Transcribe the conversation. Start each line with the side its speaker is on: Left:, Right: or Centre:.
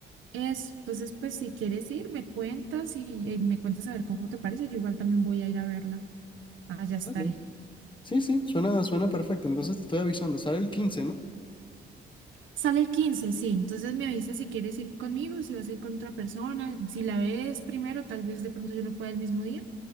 Right: Eso, entonces pues si quieres ir, me cuentas y, y me cuentas a ver cómo te parece. Yo igual también voy a ir a verla. Allá estaré.
Left: Dale. Sí, sí, suena, suena perfecto. Entonces te estoy avisando. Sale el 15, ¿no?
Right: Sale el 15, sí. Entonces me avisas si quieres ir conmigo, si vas a ir con otra persona. Si la ves primero, tal vez de pronto yo no pueda el mismo día.